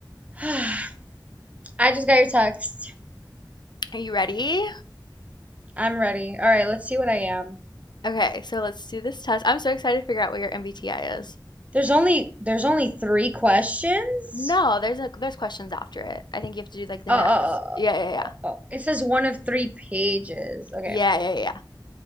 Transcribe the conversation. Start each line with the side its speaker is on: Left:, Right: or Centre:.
Right: <sighs> I just got your text.
Left: Are you ready?
Right: I'm ready. All right, let's see what I am.
Left: Okay, so let's do this test. I'm so excited to figure out what your MBTI is.
Right: There's only there's only three questions?
Left: No, there's a there's questions after it. I think you have to do like the
Right: Uh,
Left: next.
Right: uh, uh,
Left: Yeah, yeah,
Right: uh,
Left: yeah.
Right: uh, uh. it says one of three pages. Okay.
Left: Yeah, yeah, yeah.